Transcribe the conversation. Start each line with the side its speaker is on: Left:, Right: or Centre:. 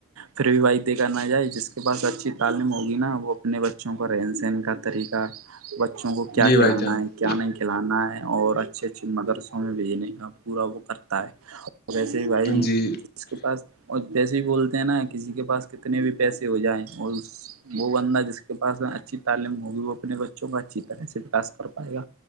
Right: پھر بھی وائی دیکھا نہ جائے جس کے پاس اچھی تعلیم ہوگی نا وہ اپنے بچوں کا رہن سہن کا طریقہ بچوں کو کیا
Left: جی بھائی
Right: کھلانا
Left: جان
Right: کیا نہیں کھلانا ہے اور اچھے اچھے مدرسوں میں بھیجنے کا پورا وہ کرتا ہے اور ویسے ہی بھائی
Left: جی
Right: اس کے پاس اور جیسے بھی بولتے ہیں نا کسی کے پاس کتنے بھی پیسے ہو جائیں اور وہ بندہ جس کے پاس اچھی تعلیم ہوگی وہ اپنے بچوں کو اچھی طرح سے واس کر پائے گا